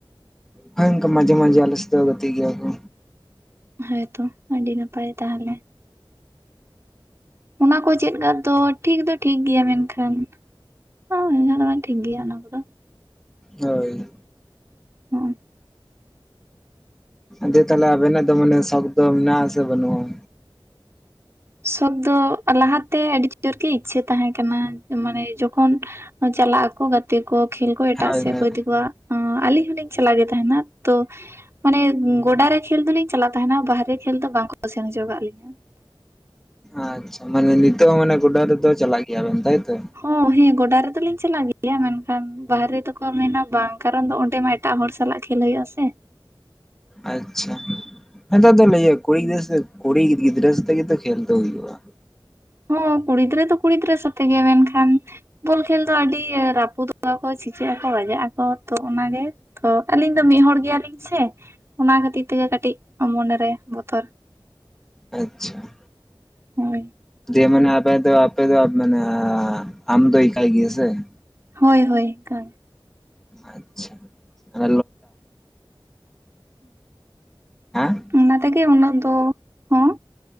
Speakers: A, in the centre; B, on the right.
A: ᱦᱳᱭ ᱚᱝᱠᱟ ᱢᱟᱡᱷᱮ ᱢᱟᱡᱷᱮ ᱟᱞᱮ ᱥᱟᱛᱮᱜ ᱠᱚ ᱜᱟᱛᱮᱜ ᱜᱮᱭᱟ ᱠᱩ᱾
B: ᱦᱳᱭ ᱛᱚ ᱟᱹᱰᱤ ᱱᱟᱯᱟᱭ ᱛᱟᱦᱞᱮ᱾ ᱚᱱᱟ ᱠᱚ ᱪᱮᱫ ᱠᱟᱜ ᱫᱚ ᱴᱷᱤᱠ ᱫᱚ ᱴᱷᱤᱠ ᱜᱮᱭᱟ ᱢᱮᱱᱠᱷᱟᱱ᱾ <unintelligible> ᱴᱷᱤᱠ ᱜᱮᱭᱟ ᱚᱱᱟ ᱠᱚᱫᱚ᱾
A: ᱦᱳᱭ᱾
B: ᱦᱚᱸ
A: ᱫᱤᱭᱮ ᱛᱟᱦᱞᱮ ᱟᱵᱮᱱᱟᱜ ᱫᱚ ᱢᱟᱱᱮ ᱥᱚᱠ ᱫᱚ ᱢᱮᱱᱟᱜ ᱟᱥᱮ ᱵᱟᱹᱱᱩᱜ-ᱟ᱾
B: ᱥᱚᱠ ᱫᱚ ᱞᱟᱦᱟᱛᱮ ᱟᱹᱰᱤ ᱡᱳᱨ ᱜᱮ ᱤᱪᱪᱷᱟᱹ ᱛᱟᱸᱦᱮ ᱠᱟᱱᱟ ᱢᱟᱱᱮ ᱡᱚᱠᱷᱚᱱ᱾ ᱪᱟᱞᱟᱜ ᱟᱠᱚ ᱜᱟᱛᱮ ᱠᱚ ᱠᱷᱮᱞ ᱠᱚ ᱮᱴᱟᱜ
A: ᱦᱳᱭ
B: ᱥᱮᱜ
A: ᱦᱳᱭ
B: ᱠᱚ ᱤᱫᱤ ᱠᱚᱣᱟ᱾ ᱚᱸ ᱟᱞᱤᱧ ᱦᱚᱸᱞᱤᱧ ᱪᱟᱞᱟᱜ ᱜᱮ ᱛᱟᱦᱮᱱᱟ ᱛᱚ᱾ ᱢᱟᱱᱮ ᱜᱚᱰᱟᱨᱮ ᱠᱷᱮᱞ ᱫᱚᱞᱤᱧ ᱪᱟᱞᱟᱜ ᱛᱟᱦᱮᱱᱟ ᱵᱟᱦᱨᱮ ᱠᱷᱮᱞ ᱫᱚ ᱵᱟᱝᱠᱚ ᱥᱮᱱ ᱦᱚᱪᱚᱣ ᱠᱟᱜ ᱞᱤᱧᱟ᱾
A: ᱟᱪᱪᱷᱟ ᱢᱟᱱᱮ ᱱᱤᱛᱚᱜ ᱦᱚᱸ ᱢᱟᱱᱮ ᱜᱚᱰᱟ ᱨᱮᱫᱚ ᱪᱟᱞᱟᱜ ᱜᱮᱭᱟᱵᱱ ᱛᱟᱭᱛᱚ᱾
B: ᱦᱚᱸ ᱦᱮᱸ ᱜᱚᱰᱟ ᱨᱮᱫᱚᱞᱤᱧ ᱪᱟᱞᱟᱜ ᱜᱮᱭᱟ ᱢᱮᱱᱠᱷᱟᱱ ᱵᱟᱦᱨᱮ ᱫᱚᱠᱚ ᱢᱮᱱᱟ ᱵᱟᱝ ᱠᱟᱨᱚᱱ ᱫᱚ ᱚᱸᱰᱮ ᱢᱟ᱾ ᱮᱴᱟᱜ ᱦᱚᱲ ᱥᱟᱞᱟᱜ ᱠᱷᱮᱞ ᱦᱩᱭᱩᱜᱼᱟ ᱥᱮ
A: ᱟᱪᱪᱷᱟ᱾ ᱦᱮᱸ ᱛᱚ ᱟᱫᱚ ᱞᱟᱹᱭᱟ ᱠᱩᱲᱤ ᱜᱤᱫᱽᱨᱟᱹ ᱠᱩᱲᱤ ᱜᱤᱫᱽᱨᱟᱹ ᱥᱟᱛᱮ ᱜᱮᱛᱚ ᱠᱷᱮᱞ ᱫᱚ ᱦᱩᱭᱩᱜᱼᱟ᱾
B: ᱦᱚᱸ ᱠᱩᱲᱤ ᱜᱤᱫᱽᱨᱟᱹ ᱫᱚ ᱠᱩᱲᱤ ᱜᱤᱫᱽᱨᱟᱹ ᱥᱟᱛᱮᱜ ᱜᱮ ᱢᱮᱱᱠᱷᱟᱱ ᱵᱚᱞ ᱠᱷᱮᱞ ᱫᱚ ᱟᱹᱰᱤ ᱨᱟᱹᱯᱩᱫ <inaudible> ᱠᱚ ᱪᱮᱤᱠᱟᱹᱜ ᱟᱠᱚ ᱵᱟᱡᱟᱜ ᱟᱠᱚ ᱛᱚ ᱚᱱᱟᱜᱮ ᱛᱚ ᱟᱹᱞᱤᱧ ᱫᱚ ᱢᱤᱫ ᱦᱚᱲ ᱜᱮᱭᱟᱞᱤᱧ ᱥᱮ᱾ ᱚᱱᱟ ᱠᱷᱟᱹᱛᱤᱨ ᱛᱮᱜᱮ ᱠᱟᱹᱴᱤᱡ ᱢᱚᱱᱮᱨᱮ ᱵᱚᱛᱚᱨ
A: ᱟᱪᱪᱷᱟ ᱾
B: ᱦᱳᱭ ᱾
A: ᱡᱮ ᱢᱟᱱᱮ ᱟᱯᱮ ᱟᱯᱮ ᱫᱚ ᱢᱟᱱᱮ ᱟᱢ ᱫᱚ ᱮᱠᱟᱭ ᱜᱮᱤᱭᱟᱹ ᱥᱮ ᱾
B: ᱦᱳᱭ ᱦᱳᱭ ᱾
A: ᱟᱪᱪᱷᱟ ᱟᱨ <inaudible> <unintelligible>
B: ᱚᱱᱟ ᱛᱮᱜᱮ ᱩᱱᱟᱹᱜ ᱫᱚ ᱦᱚᱸ